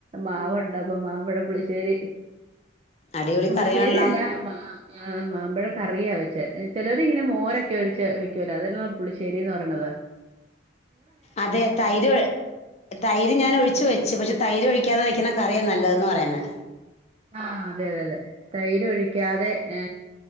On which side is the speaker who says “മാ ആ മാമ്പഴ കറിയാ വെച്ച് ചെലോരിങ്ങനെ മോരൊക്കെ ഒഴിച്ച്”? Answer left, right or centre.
Right